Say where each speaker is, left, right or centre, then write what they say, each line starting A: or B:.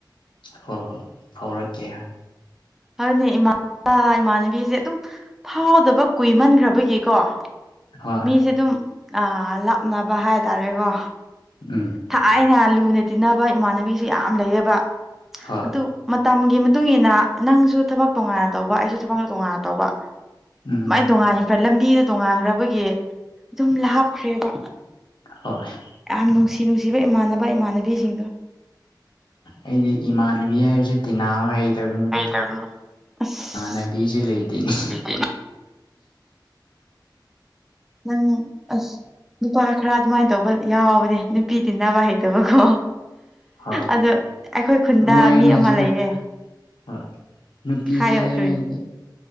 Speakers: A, on the left; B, in the centre.
A: ꯍꯣꯏ ꯍꯣꯏ ꯐꯥꯎꯔꯛꯀꯦ
B: ꯍ‌ꯣꯏꯅ‌ꯦ ꯏꯃꯥꯟ <unintelligible> ꯏꯃꯥꯟꯅꯕꯤꯖꯦ ꯗꯨꯝ ꯐꯥꯎꯗꯕ ꯀꯨꯏꯃꯟꯒ꯭ꯔꯕꯒꯤꯀꯣ
A: ꯍꯣꯏ
B: ꯃꯤꯁꯦ ꯗꯨꯝ ꯑꯥ ꯂꯥꯞꯅꯕ ꯍꯥꯏꯇꯥꯔꯦꯀ‌ꯣ
A: ꯎꯝ
B: ꯊꯥꯏꯅ ꯂꯨꯅ ꯇꯤꯟꯅꯕ ꯏꯃꯥꯟꯅꯕꯤꯁꯤ ꯌꯥꯝ ꯂꯩꯌꯦꯕ
A: ꯍꯣꯏ
B: ꯗꯨ ꯃꯇꯝꯒꯤ ꯃꯇꯨꯡ ꯏꯟꯅ ꯅꯪꯁꯨ ꯊꯕꯛ ꯇꯣꯉꯥꯟ ꯇꯧꯕ ꯑꯩꯁꯨ ꯊꯕꯛ ꯇꯣꯉꯥꯟꯅ ꯇꯧꯕ
A: ꯎꯝ
B: ꯃꯥꯏ ꯇꯣꯡꯉꯥꯟ ꯈ꯭ꯔ ꯂꯝꯕꯤꯗ ꯇꯣꯡꯉꯥꯟꯈ꯭ꯔꯕꯒꯤ ꯗꯨꯝ ꯂꯥꯞꯈ꯭ꯔꯦꯕ
A: ꯍꯣꯏ
B: ꯌꯥꯝ ꯅꯨꯡꯁꯤ ꯅꯨꯡꯁꯤꯕ ꯏꯃꯥꯟꯅꯕ ꯏꯃꯥꯟꯅꯕꯤꯁꯤꯡꯗꯣ
A: ꯑꯩꯗꯤ ꯏꯃꯥꯟꯅꯕꯤ ꯍꯥꯏꯕꯁꯦ ꯇꯤꯟꯅꯥꯕ ꯍꯩꯇꯕꯅꯤꯅ‌ꯦ
B: ꯍꯩ ꯇꯥꯕꯅꯤ ꯑꯁ
A: ꯅꯕꯤꯁꯦ ꯂꯩꯇꯦꯅꯦ
B: ꯑꯩꯗꯤ ꯅꯪ ꯑꯁ ꯅꯨꯄꯥ ꯈꯔ ꯑꯗꯨꯃꯥꯏꯅ ꯇꯧꯕ ꯌꯥꯎꯕꯅꯦ ꯅꯨꯄꯤ ꯇꯤꯟꯅꯕ ꯍꯩꯇꯕꯀꯣ
A: ꯍꯣꯏ
B: ꯑꯗꯣ ꯑꯩꯈꯣꯏ ꯈꯨꯟꯗ
A: ꯃꯣꯏꯅꯁꯨ
B: ꯃꯤ ꯑꯃ ꯂꯩꯌꯦ
A: ꯍꯣꯏ ꯅꯨꯄꯤꯁꯦ
B: ꯍꯥꯏꯌꯣ
A: ꯍꯥꯏꯕꯗꯤ
B: ꯀꯔꯤ